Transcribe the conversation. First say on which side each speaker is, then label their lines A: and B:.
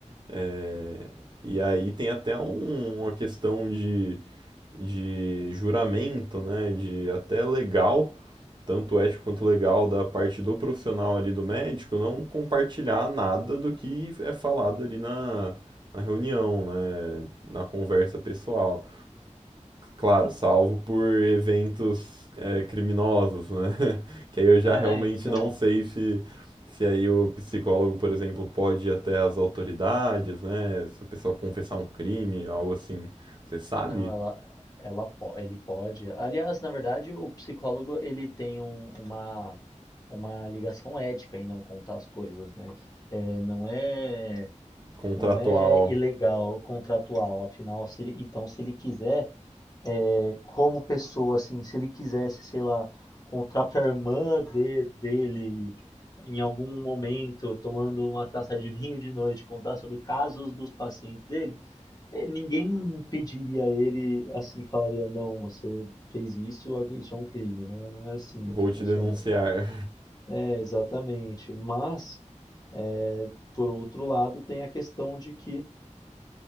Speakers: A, on the right (about 35°); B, on the left (about 30°).
A: É, E aí tem até um- uma questão de, de juramento, né? De até legal tanto ético quanto legal da parte do profissional ali do médico não compartilhar nada do que é falado ali na, na reunião, né, na conversa pessoal. Claro, salvo por eventos é, criminosos, né? <laughs> Que aí eu já
B: É,
A: realmente
B: então.
A: não sei se, se aí o psicólogo, por exemplo, pode ir até as autoridades, né? Se a pessoa confessar um crime, algo assim. Você sabe?
B: Não, ela, ela, po- ele pode. Aliás, na verdade, o psicólogo ele tem um- uma, uma ligação ética em não contar as coisas, né? É, não é.
A: Contratual,
B: Não é ilegal, contratual. Afinal, se ele- então, se ele quiser, é, como pessoa, assim, se ele quisesse, sei lá, contratar a irmã de- dele em algum momento, tomando uma taça de vinho de noite, contar sobre casos dos pacientes dele, eh, ninguém impediria ele, assim, falaria, não, você fez isso, ag- isso é um crime. Não, não é assim
A: vou
B: que
A: te
B: funciona.
A: denunciar.
B: É, exatamente. Mas, eh, por outro lado, tem a questão de que